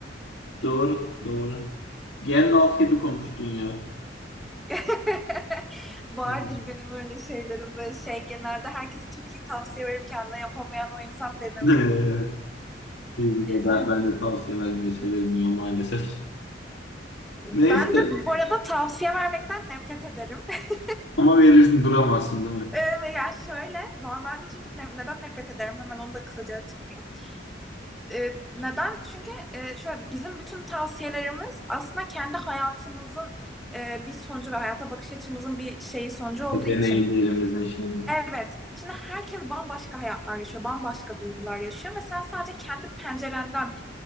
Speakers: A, on the left; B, in the centre.
A: doğru, doğru. Gandalf gibi konuştun ya.
B: <laughs> Vardır
A: Evet.
B: benim öyle şeylerim böyle şey genelde herkese çok iyi tavsiye verip kendine yapamayan o insan benim.
A: <laughs> Ben,
B: Evet.
A: ben de tavsiye vermeyi severim ya maalesef.
B: Ben
A: Neyse
B: de bu arada tavsiye vermekten nefret ederim. <laughs>
A: ama verirsin duramazsın değil mi?
B: Ee, Ya şöyle normalde çünkü ne- neden nefret ederim hemen onu da kısaca açıklayayım. E, neden? Çünkü e, şöyle bizim bütün tavsiyelerimiz aslında kendi hayatımızın e, bir sonucu ve hayata bakış açımızın bir şeyi sonucu olduğu
A: Deneyimlerimizin
B: için.
A: şeyi
B: Evet. Şimdi herkes bambaşka hayatlar yaşıyor, bambaşka duygular yaşıyor ve sen sadece kendi pencerenden